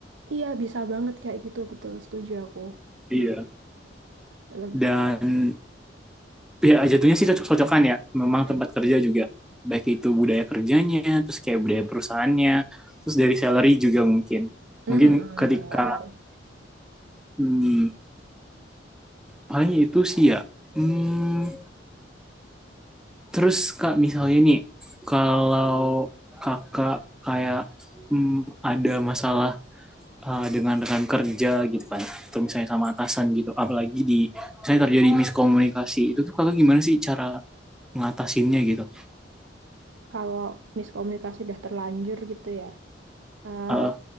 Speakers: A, on the right; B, in the centre.
A: Iya bisa banget kayak gitu betul. Setuju aku.
B: Iya.
A: Leb-
B: Dan ya jatuhnya sih cocok-cocokan ya. Memang
A: Mm.
B: tempat kerja juga. Baik itu budaya kerjanya, terus kayak budaya perusahaannya, terus dari salary juga mungkin.
A: Mm-mm,
B: Mungkin ketika,
A: benar.
B: hmm, paling itu sih ya. Hmm, Terus kak misalnya nih kalau kakak kayak mm, ada masalah uh, dengan rekan kerja gitu kan, atau misalnya sama atasan gitu, apalagi di misalnya terjadi miskomunikasi itu tuh kakak gimana sih cara ngatasinnya gitu?
A: Kalau miskomunikasi udah terlanjur gitu ya. eh,
B: Uh,